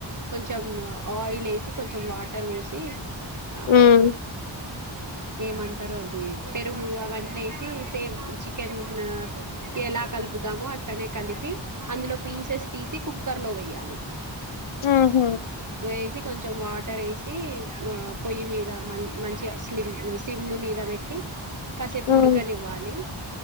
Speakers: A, on the right; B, on the left.
A: కొంచం ఆయిల్ ఎసి, కొంచెం వాటర్ పోసి ఆ
B: హుహు.
A: ఏమంటరో అది పెరుగు అవన్నీ ఏసి సేమ్ చికెన్ ఆ కి ఎలా కలుపుతామో అట్లనే కలిపి అందులో పీసెస్ తీసి కుక్కర్ లో వేయ్యాలి.
B: ఆ హ
A: వేసి కొంచెం వాటర్ ఏసి పొయ్యి మీద మ మంచిగ స్లిమ్ సిమ్ మీద పెట్టి. కాసేపు
B: హ్మ్.
A: ఉడకనివ్వాలి.